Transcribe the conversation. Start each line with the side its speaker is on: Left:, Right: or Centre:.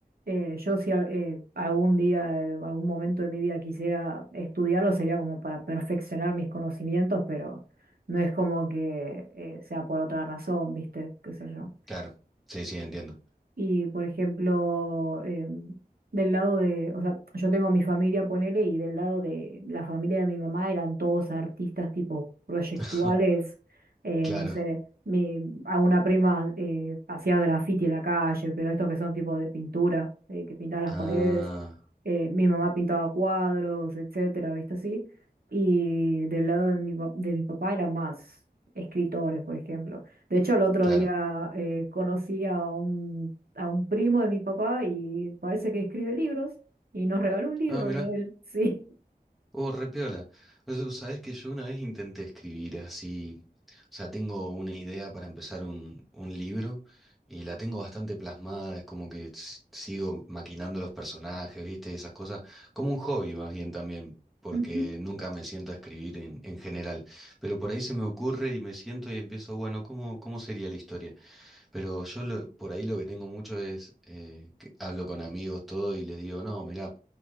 Right: eh, yo si al- eh, algún día, eh, algún momento de mi vida quisiera estudiarlo, sería como para perfeccionar mis conocimientos, pero no es como que eh, sea por otra razón, ¿viste? ¿Qué sé yo?
Centre: Claro, sí, sí, entiendo.
Right: Y por ejemplo, em, del lado de, o sea, yo tengo mi familia, ponele, y del lado de la familia de mi mamá eran todos artistas tipo proyectuales,
Centre: <laughs>
Right: eh,
Centre: Claro.
Right: no sé, mi, a una prima eh, hacía graffiti en la calle, pero estos que son tipo de pintura, eh, que pintaban las
Centre: Ah,
Right: paredes, eh, mi mamá pintaba cuadros, etcétera, ¿viste así? Y del lado de mi, pa- de mi papá eran más escritores, por ejemplo. De hecho, el otro
Centre: claro.
Right: día eh, conocí a un a un primo de mi papá y parece que escribe libros y nos regaló un libro
Centre: Ah, mira.
Right: de él, <laughs> sí.
Centre: Oh, re piola. O sea, Sabés que yo una vez intenté escribir así. O sea, tengo una idea para empezar un, un libro y la tengo bastante plasmada. Es como que s- sigo maquinando los personajes, ¿viste? Esas cosas. Como un hobby más bien también, porque
Right: Ujú.
Centre: nunca me siento a escribir en, en general. Pero por ahí se me ocurre y me siento y empiezo, bueno, ¿cómo, cómo sería la historia? Pero yo lo- por ahí lo que tengo mucho es, eh, que hablo con amigos, todo, y les digo, no, mirá